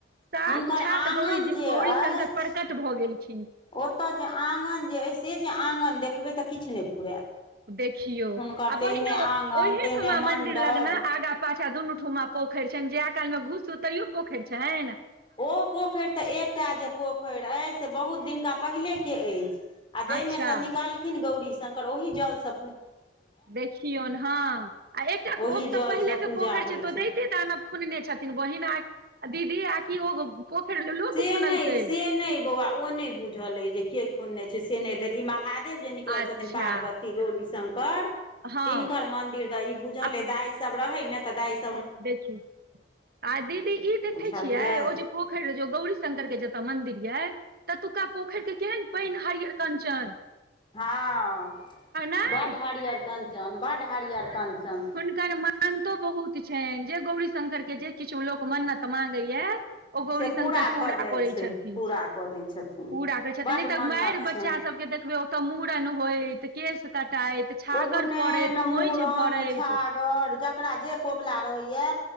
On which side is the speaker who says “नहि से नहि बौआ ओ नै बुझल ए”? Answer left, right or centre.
Left